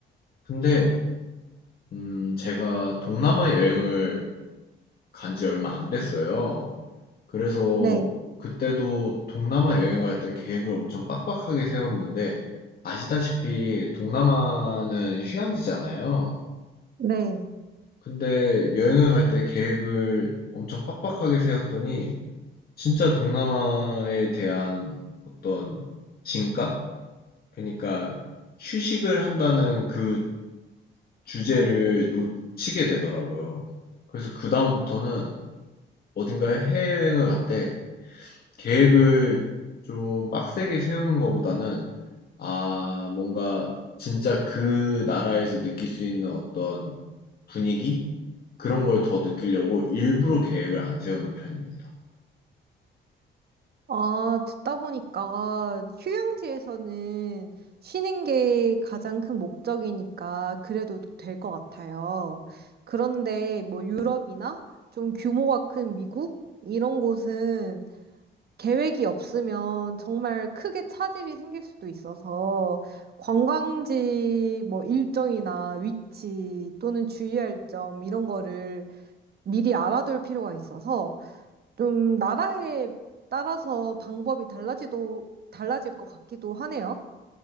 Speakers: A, on the left (about 50°); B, on the right (about 55°).
A: 근데, 음, 제가 동남아 여행을 간지 얼마 안 됐어요. 그래서
B: 네,
A: 그때도 동남아 여행 갈 때 계획을 엄청 빡빡하게 세웠는데 아시다시피 동남아는 휴양지잖아요.
B: 네.
A: 근데 여행을 갈 때 계획을 엄청 빡빡하게 세웠더니 진짜 동남아에 대한 어떤 진가? 그러니까 휴식을 한다는 그 주제를 놓치게 되더라고요. 그래서 그다음부터는 어딘가에 해외여행을 갔대. 계획을 좀 빡세게 세우는 것보다는 아, 뭔가 진짜 그 나라에서 느낄 수 있는 어떤 분위기? 그런 걸 더 느끼려고 일부러 계획을 안 세우는 편입니다.
B: 아, 듣다 보니까 휴양지에서는 쉬는 게 가장 큰 목적이니까 그래도 될 것 같아요. 그런데 뭐 유럽이나 좀 규모가 큰 미국 이런 곳은 계획이 없으면 정말 크게 차질이 생길 수도 있어서 관광지 뭐 일정이나 위치 또는 주의할 점 이런 거를 미리 알아둘 필요가 있어서 좀 나라에 따라서 방법이 달라지도, 달라질 것 같기도 하네요.